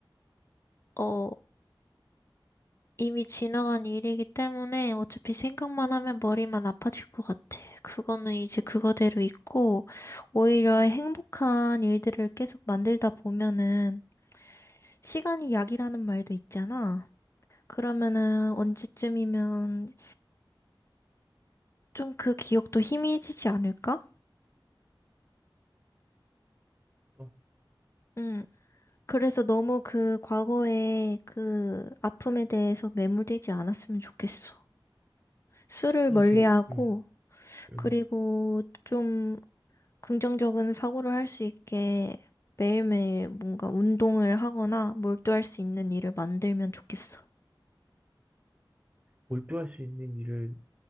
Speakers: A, on the left; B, on the right.
A: 어, 이미 지나간 일이기 때문에 어차피 생각만 하면 머리만 아파질 것 같아. 그거는 이제 그거대로 있고, 오히려 행복한 일들을 계속 만들다 보면은, 시간이 약이라는 말도 있잖아. 그러면은 언제쯤이면 좀 그 기억도 희미해지지 않을까?
B: 또
A: 음. 그래서 너무 그 과거의 그 아픔에 대해서 매몰되지 않았으면 좋겠어. 술을
B: 사실
A: 멀리하고
B: 지금 음, 음,
A: 그리고 좀 긍정적인 사고를 할 수 있게 매일매일 뭔가 운동을 하거나 몰두할 수 있는 일을 만들면 좋겠어.
B: 몰두할 수 있는 일을